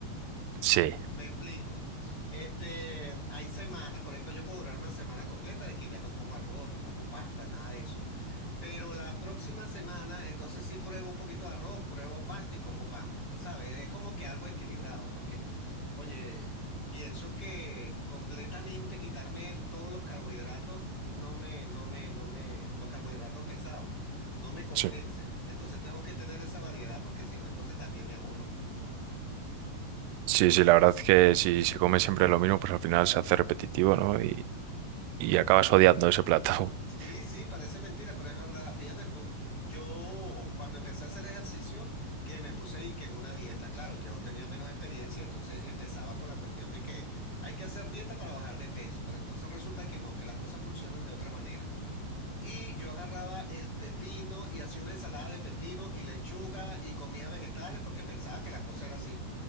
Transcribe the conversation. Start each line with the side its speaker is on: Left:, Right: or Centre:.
Right: Sí,
Left: Me explico. Este, hay semanas, por ejemplo, yo puedo durar una semana completa de que ya no como arroz, no como pasta, nada de eso. Pero la próxima semana, entonces sí pruebo un poquito de arroz, pruebo pasta y como pan, ¿sabes? Es como que algo equilibrado, porque, oye, pienso que completamente quitarme todos los carbohidratos, no me, no me, no me, los carbohidratos pesados, no me convence.
Right: sí.
Left: Entonces tengo que tener esa variedad, porque si no, entonces también me aburro.
Right: Sí, sí, la verdad es que si se come siempre lo mismo, pues al final se hace repetitivo, ¿no? Y, y acabas odiando ese plato. <laughs>
Left: Sí, sí, parece mentira, pero es verdad. Fíjate tú, yo cuando empecé a hacer ejercicio, que me puse y que en una dieta, claro, yo tenía menos experiencia, entonces empezaba con la cuestión de que hay que hacer dieta para bajar de peso, pero entonces resulta que no, que las cosas funcionan de otra manera. Y yo agarraba el pepino y hacía una ensalada de pepino y lechuga y comía vegetales porque pensaba que la cosa era así.